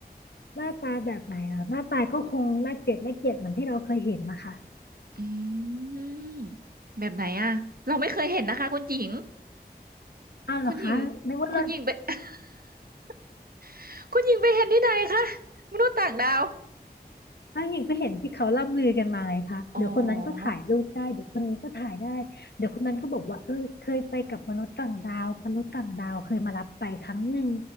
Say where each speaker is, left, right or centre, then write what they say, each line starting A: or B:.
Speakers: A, on the left; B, on the right.
A: หน้าตาแบบไหนเหรอหน้าตาก็คงน่าเกลียดน่าเกลียดเหมือนที่เราเคยเห็นนะคะ
B: อืมแบบไหนอะเราไม่เคยเห็นนะคะคุณหญิง
A: อ้าวเหรอคะนึกว่าเลิศ
B: คุณหญิงคุณหญิงไป <laughs> คุณหญิงไปเห็นที่ไหนคะมนุษย์ต่างดาว
A: อ้าวหญิงก็เห็นที่เขาล่ำลือกันมาไงคะเดี๋ยวคนนั้นก็ถ่ายรูปได้เดี๋ยวคนนี้ก็ถ่ายได้เดี๋ยวคนนั้นก็บอกว่าเออเคยไปกับมนุษย์ต่างดาวมนุษย์ต่างดาวเคยมารับไปครั้งหนึ่ง
B: อ๋อ